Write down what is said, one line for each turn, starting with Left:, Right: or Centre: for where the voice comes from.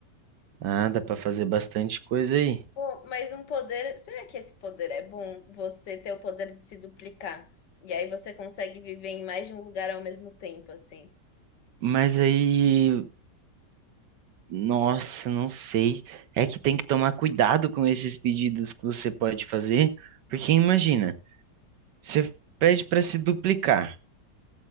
Right: Ah, dá pra fazer bastante coisa aí.
Left: Pô, Mas um poder. Será que esse poder é bom? Você ter o poder de se duplicar. E aí você consegue viver em mais de um lugar ao mesmo tempo, assim.
Right: Mas aí, nossa, não sei. É que tem que tomar cuidado com esses pedidos que você pode fazer, porque imagina. Você pede para se duplicar.